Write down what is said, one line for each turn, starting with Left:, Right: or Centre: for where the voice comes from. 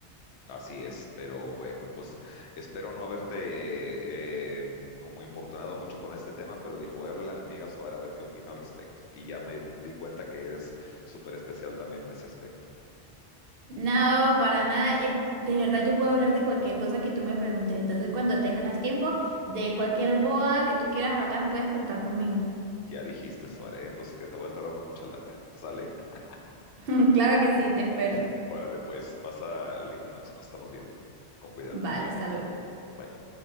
Left: así es, pero bueno, pues espero no haberte eh, como importunado mucho con este tema, pero dije, voy a hablarle a mi amiga Suara a ver qué opina al respecto, y ya me di cuenta que eres súper especial también en ese aspecto.
Right: No, para nada. eh, de verdad, yo puedo hablar de cualquier cosa que tú me preguntes. Entonces, cuando tengas tiempo, de cualquier boa que tú quieras hablar, puedes contar conmigo.
Left: Ya dijiste, Suárez, entonces que te voy a estar dando mucha lata, ¿sale? <laughs>
Right: <laughs> Claro que sí, te espero.
Left: Órale, pues, pasa linda noche, nos estamos viendo, con cuidado.
Right: Vale, hasta luego.
Left: Bye.